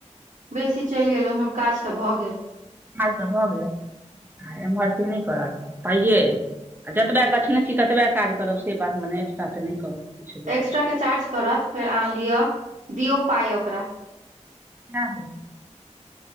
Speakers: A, on the right; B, on the right.
A: बेसी चलि गेल ह काज त भ गेल
B: हाल तऽ भऽ गेल आ एमहर ती नहि करत तइये आ जतबा गछने छी ततबे काज करब से बात मने एकस्ट्रा त नहि करब किछु बेसी
A: एक्स्ट्राके चार्ज करत फेर अहाँ लिअ दियौ पाइ ओकरा
B: न हो